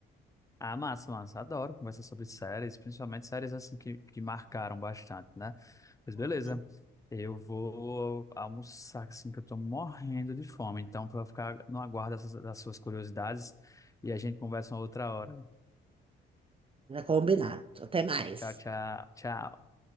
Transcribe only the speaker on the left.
ah, massa, massa. Adoro conversar sobre séries, principalmente séries assim que, que marcaram bastante, né? Pois beleza.
Eu vou almoçar, assim, que eu tô morrendo de fome. Então, vou ficar no aguardo dessas- das suas curiosidades e a gente conversa uma outra hora.
Tchau, tchau, tchau.